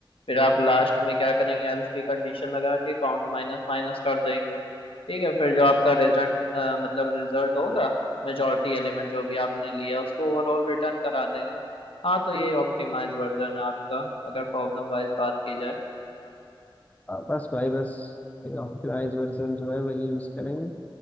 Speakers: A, on the left; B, on the left.
A: फिर आप लास्ट में क्या करेंगे एल्स की कंडीशन लगा के काउंट माइनस माइनस कर देंगे ठीक है फिर जो आपका रिजल्ट मतलब रिजल्ट होगा मेजॉरिटी एलिमेंट जो भी आपने लिया उसको ओवरऑल रिटर्न करा देंगे हाँ तो ये ऑप्टिमाइज वर्जन है आपका अगर प्रॉब्लम वाइज बात की जाए
B: आ, बस भाई बस ऑप्टिमाइज वर्जन जो है वही यूज करेंगे